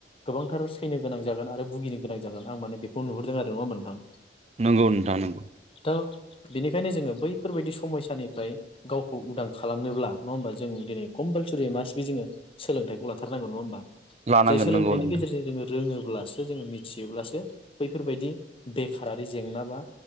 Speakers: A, on the left; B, on the right.
A: गोबांथार सैनो गोनां जागोन आरो भुगिनो गोनां जागोन आं माने बेखौ नुहुरदों आरो नङा होमबा नोंथां
B: नंगौ नोंथां नंगौ
A: बेनिखायनो जोङो बैफोरबायदि समयसानिफ्राय गावखौ उदां खालामनोब्ला नङा होमबा जों दिनै कम्पालसरि मा बे जोङो सोलोंथाइखौ लाथारनांगौ नङा होमबा
B: लानांगोन
A: जाय सोलोंथाइनि
B: नंगौ नोंथां
A: गेजेरजों जोङो रोङो अब्लासो जोङो मिथियोब्लासो बैफोरबायदि बेखारारि जेंना बा